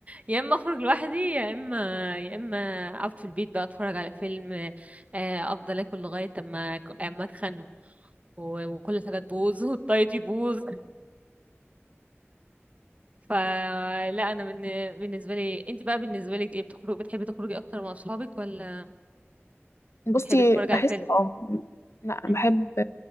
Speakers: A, on the right; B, on the left.
A: يا اما اخرج لوحدي يا اما يا اما اقعد في البيت بقى اتفرج على فيلم آه، افضل اكل لغاية اما اما اتخن و- وكل حاجة تبوظ والدايت يبوظ فلا انا من... بالنسبه لي انت بقى بالنسبه لك ايه بتخرج بتحبي تخرجي اكتر مع اصحابك ولا
B: بصي
A: بتحبي تتفرجي
B: بحس
A: على الفيلم
B: اه لا
A: مم.
B: بحب